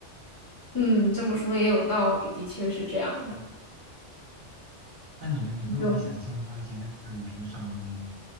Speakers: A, on the left (about 20°); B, on the right (about 45°).
A: 嗯，这么说也有道理，的确是这样的。
B: 嗯，那你呢？你会不会想进入到一些那个旅平爽文里面呢？
A: 就。